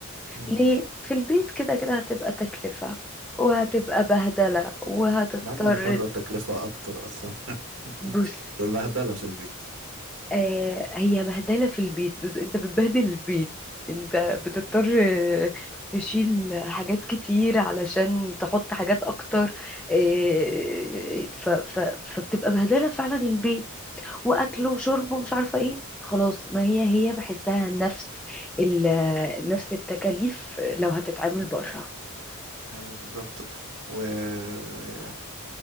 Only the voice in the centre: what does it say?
ليه في البيت كده كده هتبقى تكلفة وهتبقى بهدلة وهتضطر
بص
آه هي بهدلة في البيت بس انت بتبهدل البيت
انت بتضطر
آه، تشيل حاجات كتير علشان تحط حاجات اكتر آه، ف ف فبتبقى بهدلة فعلا البيت واكل
وشرب ومش عارفة ايه خلاص
ما هي هي بحسها نفس ال- نفس التكاليف لو هتتعامل بره